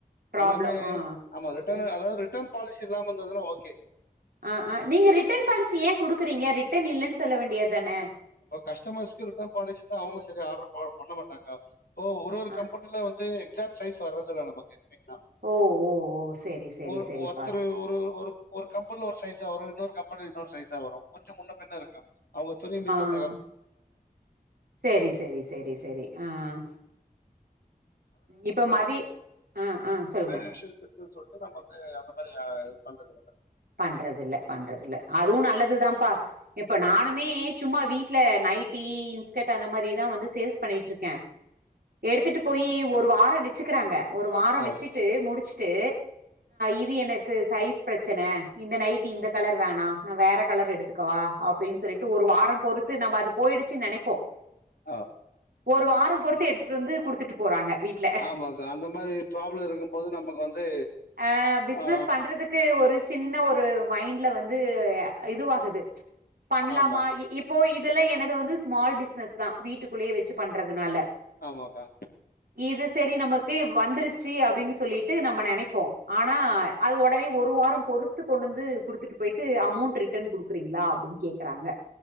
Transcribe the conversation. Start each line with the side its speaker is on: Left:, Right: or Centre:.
Right: ப்ராப்ளோ
Left: எல்லாமே
Right: ஆ
Left: ஆமா ரிட்டன்
Right: ம்
Left: அதாவது டம் பாலிஸ் இல்லமந்ததுன ஓகே
Right: ஆஹ் ஆஹ் நீங்க ரிட்டர்ன் பாலிசி ஏன் குடுக் இருறீங்க ரிட்டர்ன் இல்லன்னு சொல்ல வேண்டியது தானே
Left: இப்ப கஸ்டமர்ஸ்க்கு ரிட்டர்ன் பாலிசி தான் அவங்களும் சரி ஆர்டர் பண்ண மாட்டாங்க ஓ ஒரு ஒரு
Right: ஆ
Left: கம்பெனில வந்து ஷேர் சைஸ் வறதில்ல நமக்கு
Right: ஓ ஓ ஓ செரி செரி
Left: ஒரு
Right: செரிப்பா
Left: ஒருத்தர் ஒரு ஒரு ஒரு கம்பெனி ஒரு சைசா வரும் இன்னொரு கம்பெனி இன்னொரு சைசா வரும் கொஞ்சம் முன்ன பின்ன இருக்கும் அவங்க துனி மித்த
Right: ஆஹ் செரி செரி செரி செரி ஆஹ் இப்ப மதி ஆ சொல்லுங்க
Left: வேற விஷேசத்த சொன் நம்ம வந்து அந்த மாரி இது பண்றதுல்ல
Right: பண்றது இல்ல பண்றது இல்ல அதுவும் நல்லதுதான்ப்பா இப்ப நானுமே சும்மா வீட்ல நைட் டி இன்ஸ்கட் அந்த மாரி தான் வந்து சேல்ஸ் பண்ணிட்டுருக்கேன் எடுத்துட்டு போய் ஒரு வாரம் வச்சுக்றாங்க ஒரு வாரம்
Left: ஆ
Right: வச்சுட்டு முடிச்ட்டு இது எனக்கு சைஸ் பிரச்சன இந்த நைட்டி இந்த கலர் வேணாம் நான் வேற கலர் எடுத்து க்கவா அப்டின்னு சொல்லிட்டு ஒரு வாரம் பொறுத்து நம்ம அது போயிடுச்சு நெனப்போம்
Left: ஆ
Right: ஒரு வாரம் பொறுத்து எடுத்துட்டு வந்து குடுத்துட்டு போறாங்க வீட்ல
Left: ஆமாக்கா. அந்த மாரி ப்ராப்ளம் இருக்கும்போது நமக்கு வந்து
Right: அஹ் பிசினஸ்
Left: ஆ
Right: பண்றதுக்கு ஒரு சின்ன ஒரு மைண்ட்ல வந்து இது இதுவாகுது பண்ணலாமா
Left: ஆமா,
Right: இப்போ இது இதெல்லாம் எனது வந்து ஸ்மால் பிஸ்னஸ் தான் வீட்டுக்குள்ளேயே வச்சு பண்றதுனால
Left: ஆமாக்கா
Right: இது செரி நமக்கு வந்துருச்சு அப்டின்னு சொல்லிட்டு நம்ம நெனைப்போம் ஆனா அது உடனே ஒரு வாரம் பொறுத்து கொண்டு வந்து குடுத்துட்டு போயிட்டு அமொண்ட்டு ரிட்டர்ன் குடுக்கறீங்களா அப்டின்னு கேக்குறாங்க